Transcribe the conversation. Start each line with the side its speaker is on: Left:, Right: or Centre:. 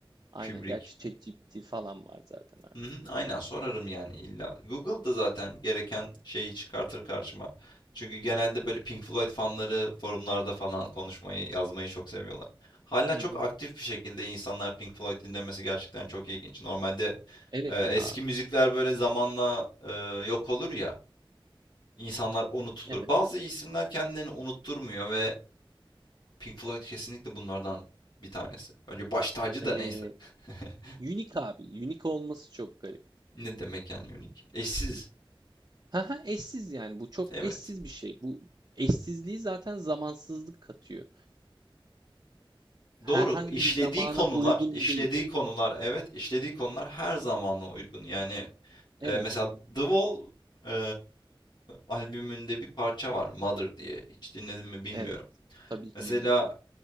Right: Aynen.
Left: Kubrick.
Right: Gerçi ChatGPT falan var zaten abi.
Left: Hı hı, aynen sorarım yani illa. Google'da zaten gereken şeyi çıkartır karşıma. Çünkü genelde böyle Pink Floyd fanları forumlarda falan konuşmayı, yazmayı çok seviyorlar. Hala
Right: Hı
Left: çok
Right: hı.
Left: aktif bir şekilde insanlar Pink Floyd dinlemesi gerçekten çok ilginç. Normalde
Right: Evet
Left: e, eski
Right: ya.
Left: müzikler böyle zamanla e, yok olur ya, insanlar unutulur.
Right: Evet.
Left: Bazı isimler kendilerini unutturmuyor ve Pink Floyd kesinlikle bunlardan bir tanesi. Bence baş tacı
Right: Ee,
Left: da neyse. <laughs>
Right: unique abi. Unique olması çok garip.
Left: Ne demek yani unik? Eşsiz.
Right: Haha eşsiz yani. Bu çok
Left: Evet.
Right: eşsiz bir şey. Bu eşsizliği zaten zamansızlık katıyor. Herhangi
Left: Doğru. işlediği
Right: bir zamana
Left: konular,
Right: uygun
Left: işlediği
Right: değil.
Left: konular, evet, işlediği konular her zamana uygun. Yani
Right: Evet.
Left: e, mesela The Wall e, albümünde bir parça var, Mother diye. Hiç dinledim mi bilmiyorum.
Right: Evet. Tabii ki
Left: Mesela
Right: dinledim.